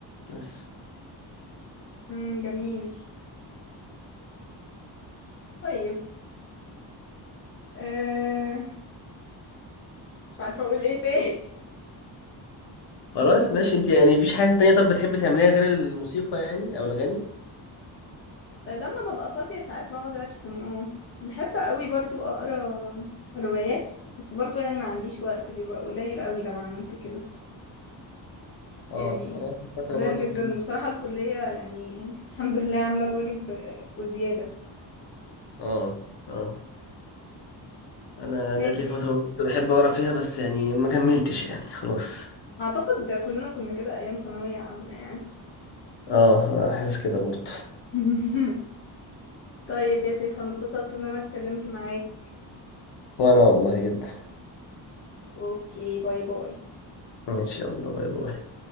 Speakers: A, on the left; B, on the left.
A: بس
B: امم جميل طيب أه مش عارفة اقول ايه تاني
A: خلاص ماشي انت يعني مفيش حاجة تانية طب بتحبي تعمليها غير الموسيقى يعني او الغني
B: <laughs> لما ببقى فاضية ساعات بقعد ارسم اه بحب قوي برضو اقرا روايات بس برضو يعني ما عنديش وقت بيبقى قليل قوي لو عملت كده
A: اه
B: يعني
A: انا جات لي فترة
B: قليل
A: برضه
B: جدا
A: كنت
B: بصراحة الكلية يعني الحمد لله عاملة الواجب وزيادة
A: اه اه انا
B: ماشي
A: جات لي فترة كنت بحب اقرا فيها بس يعني ما كملتش يعني خلاص
B: اعتقد كلنا كنا كده ايام ثانوية عامة يعني
A: اه حاسس كده برضه
B: <laughs> طيب يا سيف انا اتبسطت ان انا اتكلمت معاك
A: وانا والله جدا
B: اوكي باي باي
A: ان شاء الله باي باي